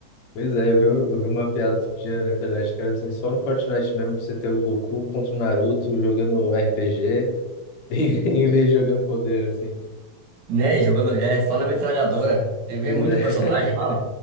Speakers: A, on the left (about 70°); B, on the right (about 85°).
A: Pois é, eu vi, eu vi uma piada outro dia na internet que era assim, só no Fortnite mesmo você ter o Goku contra o Naruto jogando RPG <laughs> em vez de jogando poder, assim.
B: Né? Jogando, é, só na metralhadora. Você vê
A: Pois
B: muito
A: é.
B: personagem lá.